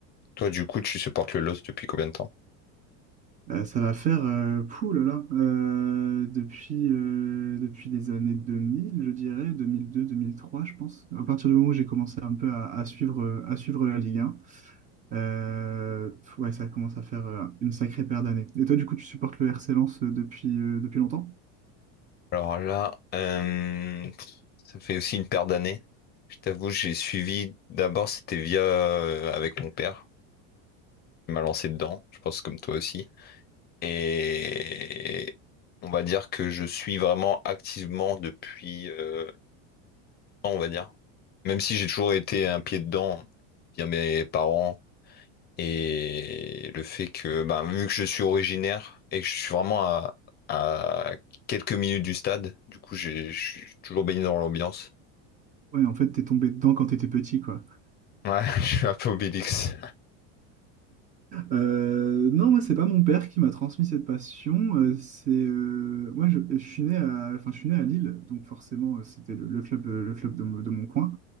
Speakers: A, on the left; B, on the right.
A: toi, du coup, tu supportes le LOS depuis combien de temps?
B: Euh, ça va faire, euh, pouh là là, euh, depuis, euh, depuis les années 2000, je dirais, deux deux, deux mille deux-deux mille trois, je pense. À partir du moment où j'ai commencé un peu à, à suivre, euh, à suivre la Ligue Euh, ouais, ça commence à faire euh, une sacrée paire d'années. Et toi, du coup, tu supportes le RC Lens euh, depuis, euh, depuis longtemps?
A: Alors là, euh, ça fait aussi une paire d'années. Je t'avoue, j'ai suivi. D'abord, c'était via euh, avec mon père. Il m'a lancé dedans. Je pense comme toi aussi. Et on va dire que je suis vraiment activement depuis. euh, ans, on va dire. Même si j'ai toujours été un pied dedans via mes parents et le fait que, bah, vu que je suis originaire et que je suis vraiment à, à quelques minutes du stade, du coup, j'ai- je suis toujours baigné dans l'ambiance.
B: Ouais, en fait, t'es tombé dedans quand t'étais petit, quoi.
A: Ouais, <laughs> je suis un peu Obélix.
B: Euh, non, moi, c'est pas mon père qui m'a transmis cette passion. euh, c'est euh, moi, je, je suis né à, enfin, je suis né à Lille, donc forcément, euh, c'était le, le club, euh, le club de, mon de mon coin.